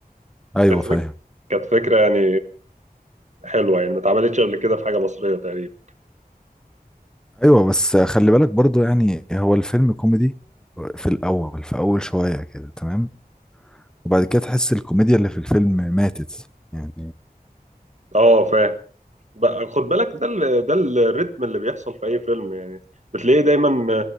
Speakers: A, in the centre; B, on the right.
A: ايوه
B: كانت فكرة
A: فاهم
B: كانت فكرة يعني حلوة يعني ما اتعملتش قبل كده في حاجة مصرية تقريبا
A: ايوه بس خلي بالك برضه يعني هو الفيلم كوميدي في الاول في اول شوية كده تمام وبعد كده تحس الكوميديا اللي في الفيلم ماتت يعني
B: اه فاهم بقى خد بالك ده ال... ده الريتم اللي بيحصل في أي فيلم يعني بتلاقيه دايما